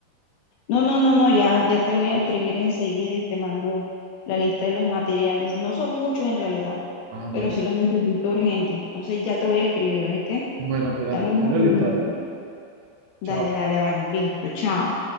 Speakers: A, on the left (about 75°); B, on the right (about 80°).
A: No, no, no, no, ya, ya te voy a escribir enseguida y te mando la lista de los materiales. No son muchos en realidad,
B: Ah,
A: pero
B: bueno,
A: sí los necesito urgente. Entonces ya te voy a escribir, ¿oíste?
B: bueno, pues dale,
A: Dame
B: espero
A: unos minutos.
B: el listado.
A: Dale,
B: Chao.
A: dale, dale. Listo, chao.